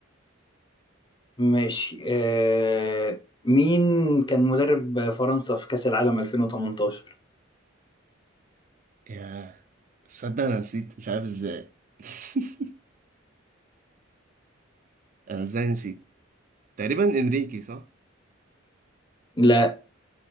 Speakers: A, on the left (about 20°); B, on the right (about 40°).
A: ماشي آه مين كان مدرب فرنسا في كأس العالم 2018
B: ياه تصدق انا نسيت مش عارف ازاي <laughs> انا ازاي نسيت تقريبا انريكي صح
A: لا